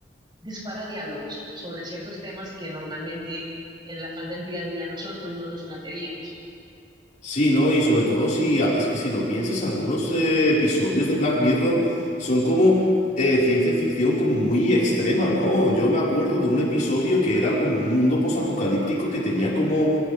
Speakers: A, on the right; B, on the left.
A: dispara diálogos sobre ciertos temas que normalmente en el afán del día a día nosotros no nos plantearíamos.
B: Sí, ¿no? Y sobre todo si a- es que si lo piensas, algunos eh, episodios de Black Mirror son como eh, ciencia ficción como muy extrema, ¿no? Yo me acuerdo de un episodio que era como un mundo posapocalíptico que tenía como,